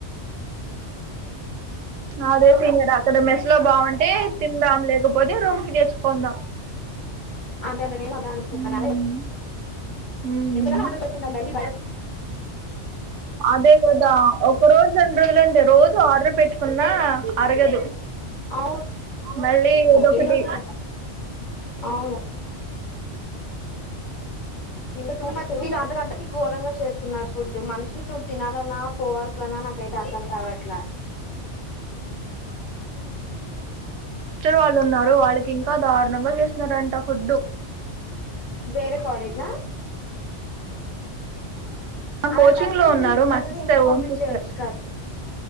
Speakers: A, on the right; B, on the left.
A: అదే సీనియర్ అక్కడ మెస్ లో బాగుంటే తిందాం లేకపోతే రూమ్ కి తెచ్చుకుందాం
B: అదే అంట నేను అద
A: ఉమ్
B: సే
A: ఉమ్
B: ఎంతకన్నా ఆర్డర్ చేసుకుంటాం మళ్ళీ
A: అదే కదా ఒక రోజు రెండ రోజులుండి రోజు ఆర్డర్ పెట్టుకున్నా అరగదు
B: అవును
A: మళ్ళీ ఏదో ఒకటి
B: ఎన్ని రోజులు తింటాం అవును ఇంకా టూ మచ్ వీళ్ళు అందరుందరికీ ఘోరంగా చేస్తున్నారు ఫుడ్ మనుషులు నువ్వు తినాలన్నా పోవాలన్నా నాకైతే అర్ధం కావట్లా
A: వాళునా వాళ్ళకి ఇంకా దారుణంగా చేస్తున్నంట ఫుడ్
B: వేరే కాలేజా అలాంటప్పుడు
A: కోచింగ్ లో ఉన్నారు
B: వీళ్ళు చక్కగా
A: మా సిస్ర్
B: ఇంటికి పంపించేయచ్చు
A: ఓన్ సిస్